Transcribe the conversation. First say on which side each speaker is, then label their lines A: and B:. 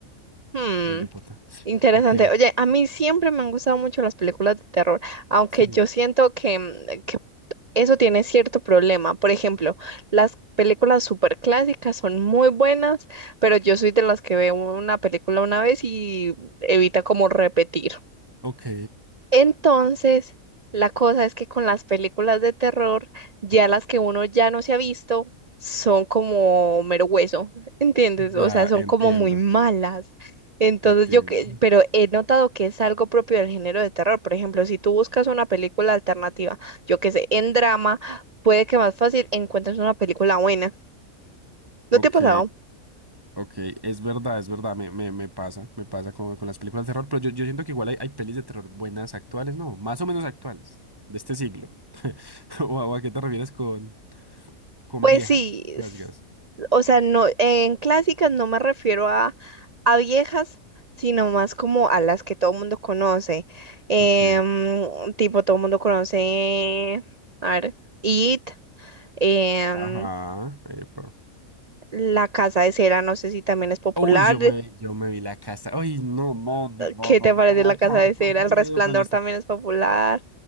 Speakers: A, on the right (about 45°); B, on the right (about 20°).
A: Hmm,
B: no me importa.
A: interesante.
B: ¿Tú qué?
A: Oye, a mí siempre me han gustado mucho las películas de terror, aunque
B: Sí.
A: yo siento que, mm, que eso tiene cierto problema. Por ejemplo, las películas súper clásicas son muy buenas, pero yo soy de las que veo una película una vez y evita como repetir.
B: Ok,
A: Entonces, la cosa es que con las películas de terror, ya las que uno ya no se ha visto, son como mero hueso, <laughs> ¿entiendes?
B: ya
A: O sea, son
B: entiendo,
A: como muy malas. Entonces
B: entiendo.
A: yo, que- pero he notado que es algo propio del género de terror. Por ejemplo, si tú buscas una película alternativa, yo qué sé, en drama, puede que más fácil encuentres una película buena. ¿No
B: Ok,
A: te ha pasado?
B: Ok, es verdad, es verdad, me, me, me pasa, me pasa con, con las películas de terror, pero yo, yo siento que igual hay, hay pelis de terror buenas actuales, no, más o menos actuales, de este siglo. <laughs> ¿O a, o a qué te refieres con, con
A: Pues
B: viejas,
A: sí,
B: las
A: s-
B: gas?
A: o sea, no, en clásicas no me refiero a, a viejas, sino más como a las que todo el mundo conoce. Em,
B: Ok,
A: tipo, todo el mundo conoce, a ver, It, em,
B: ajá, epa.
A: La Casa de Cera, no sé si también es popular.
B: Uy, yo me, yo me vi la casa. Uy, no, mano, mano,
A: ¿Qué te
B: a mí
A: parece
B: me da
A: La Casa
B: tanto
A: de Cera?
B: miedo
A: El Resplandor
B: cuando está.
A: también es popular.